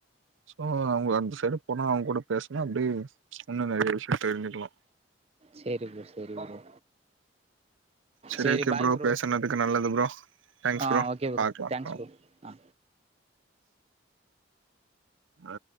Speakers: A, on the right; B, on the right.
A: சோ அவுங்க அந்த சைடு போனா அவுங்க கூட பேசுனா அப்டியே இன்னு நெறையா விஷயோ தெரிஞ்சிக்கலா
B: சரி ப்ரோ சரி ப்ரோ
A: செரி
B: சரி
A: ஓகே
B: பாய்
A: ப்ரோ பேசனது க்கு நல்லது ப்ரோ தேங்க்ஸ்
B: ஆ
A: ப்ரோ
B: ஓகே
A: பாக்கலா
B: தேங்க்ஸ்
A: ஆ
B: ப்ரோ ஆ
A: ஆ